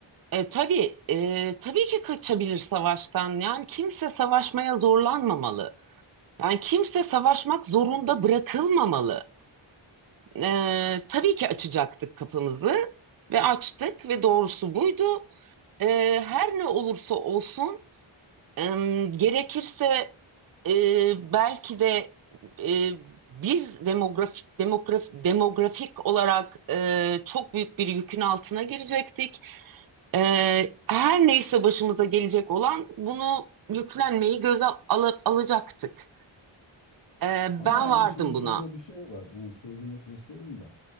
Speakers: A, on the right (about 45°); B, on the left (about 60°).
A: e, tabii e, tabii ki kaçabilir savaştan. Yani kimse savaşmaya zorlanmamalı. Yani kimse savaşmak zorunda bırakılmamalı. Ee, tabii ki açacaktık kapımızı ve açtık ve doğrusu buydu. Ee, her ne olursa olsun em, gerekirse e, belki de e, biz demografik demograf, demografik olarak e, çok büyük bir yükün altına girecektik. Ee, her neyse başımıza gelecek olan bunu yüklenmeyi göze ala- alacaktık. Ee,
B: Ama
A: ben
B: yani
A: vardım
B: şimdi
A: buna.
B: şöyle bir şey var. Hani sözünü kesiyorum da.